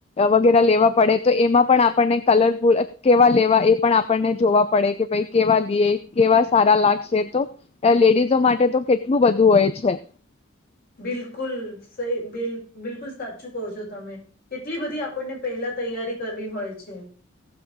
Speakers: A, on the left; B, on the left.
A: વગેરે લેવા પડે તો એમાં પણ આપણને કલરફૂલ કેવા લેવા એ પણ આપણને જોવા પડે કે ભાઈ કેવા લઈએ, કેવા સારા લાગશે તો લેડીઝો માટે તો કે કેટલું બધું હોય છે.
B: બિલકુલ, સહીલ બિલકુલ સાચું કહો છો તમે, કેટલી બધી આપણને પહેલા તૈયારી કરવી હોય છે.